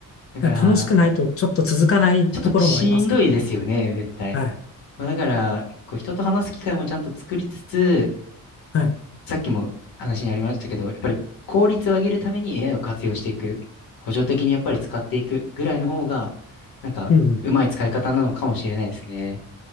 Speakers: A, on the left (about 75°); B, on the left (about 40°).
A: だから、
B: や、楽しくないとちょっと続かないところもありますからね。
A: ちょっとしんどいですよね、絶対。
B: はい。
A: まあ、だから、こう人と話す機会もちゃんと作りつつ、
B: はい。
A: さっきも話にありましたけど、やっぱり効率を上げるために AI を活用していく、補助的にやっぱり使っていくぐらいの方が、
B: うん。
A: なんか、
B: うんうん。
A: うまい使い方なのかもしれないですね。